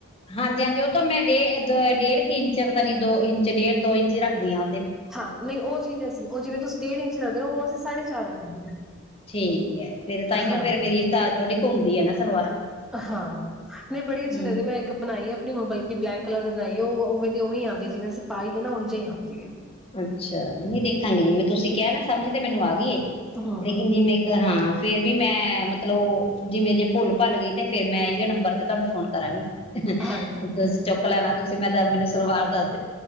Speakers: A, on the left; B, in the centre.
A: ਹਾਂਜੀ ਹਾਂਜੀ ਉਹ ਤਾਂ ਮੈਂ ਡੇ ਡੇਢ ਇੰਚ ਪਤਾ ਨੀ ਦੋ ਇੰਚ ਡੇਢ ਦੋ ਇੰਚ ਰੱਖਦੀਆਂ
B: ਹਾਂ ਨਹੀਂ ਉਹ ਚ ਅ ਸੀ ਉਹ ਜਿਵੇਂ ਤੁਸੀਂ ਡੇਢ ਇੰਚ ਰੱਖਦੇ ਹੋ ਉਹ ਅਸੀਂ ਸਾਢੇ ਚਾਰ ਰੱਖਦੇ ਆ
A: ਠੀਕ ਐ। ਫੇਰ ਤਾਂਹੀਓ
B: ਹਾਂ
A: ਫੇਰ ਮੇਰੀ ਥੋੜੀ ਘੁੰਮਦੀ ਐ ਨਾ ਸਲਵਾਰ।
B: ਹਾਂ ਨਹੀਂ ਬੜੀ ਅੱਛੀ
A: ਹੂੰ
B: ਲੱਗਦੀ ਮੈਂ ਇੱਕ ਬਣਾਈ ਹੈ ਆਪਣੀ ਹੁਣ ਬਲਕ ਕਿ ਬਲੈਕ ਕਲਰ ਬਣਾਈਏ ਉਹ ਉਵੇਂ ਦੀ ਉਵੇਂ ਆਂ ਹੈ ਜਿਵੇਂ ਅਸੀਂਾਈਏ ਨਾ ਉਝਾਂ ਹੀ ਆਉਂਦੇ ਹੈ
A: ਅੱਛਾ ਨਹੀਂ ਦੇਖਾਂਗੇ ਜਿਵੇਂ ਤੁਸੀਂ ਕਿਹਾ ਨਾ ਸਮਝ ਤੇ ਮੈਨੂੰ ਆ ਗਈਏ
B: ਹਮ
A: ਲੇਕਿਨ
B: ਹਮ
A: ਜਿਵੇਂ ਇੱਕ ਹਾਂ ਫੇਰ ਵੀ ਮੈਂ ਮਤਲਬ ਜਿਵੇਂ ਜੇ ਭੁੱਲ ਭੱਲ ਗਈ ਤੇ ਫੇਿਰ ਮੈਂ ਇੋ ਨੰਬਰ ਤੇ ਤੁਹਾਨੂੰ ਫੋਨ ਕਰਾਂਗੀ
B: ਹਾਂਜੀ
A: ਤੁਸੀਂ ਚੁੱਕ ਲੈਣਾ ਤੁ ਮੈਂ ਤਾਂ ਮੈਨੂੰ ਸਲਵਾਰ ਦਾੱਸ